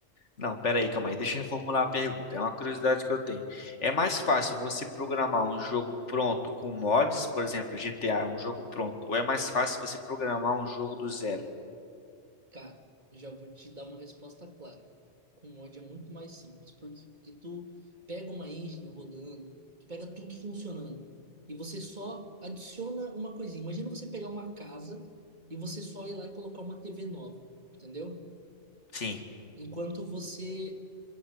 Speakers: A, on the left; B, on the right.
A: Não, pera aí, calma aí, deixa eu reformular a pergunta. É uma curiosidade que eu tenho. É mais fácil você programar um jogo pronto com mods, por exemplo, GTA é um jogo pronto, ou é mais fácil você programar um jogo do zero?
B: Cara, já vou te dar uma resposta clara. Com mod é muito mais simples, porque, porque tu pega uma engine rolando, tu pega tudo funcionando, e você só adiciona uma coisinha. Imagina você pegar uma casa e você só ir lá e colocar uma TV nova, entendeu?
A: Sim.
B: Enquanto você,